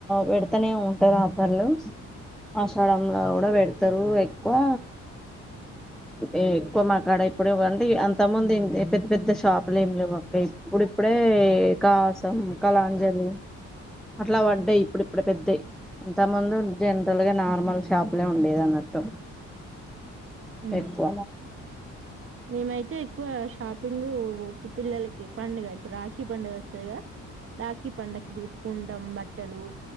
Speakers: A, in the centre; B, on the right.
A: పెడతనే ఉంటారు ఆఫర్లు. ఆషాడంలో కూడా పెడతారు ఎక్కువ
B: నువ్వా
A: ఏ ఎక్కువ మాక్కడ ఇప్పుడు ఇవ్వండి అంత ముంది పెద్ద పెద్ద షాపులు ఏమి లేవుక్క ఇప్పుడు ఇప్పుడే కాసం, కళాంజలి అట్లా పడ్డాయి ఇప్పుడు ఇప్పుడు పెద్దయి అంత ముందు జనరల్ గా నార్మల్ షాప్లే ఉండేది అన్నట్టు
B: ఉమ్
A: ఎక్కువ
B: మేమైతే ఎక్కువ షాపింగ్ ఉ పిల్లలకి పండుగ ఇప్పుడు రాఖీ పండుగ వస్తాదిగా రాఖీ పండగకి తీసుకుంటాం బట్టలు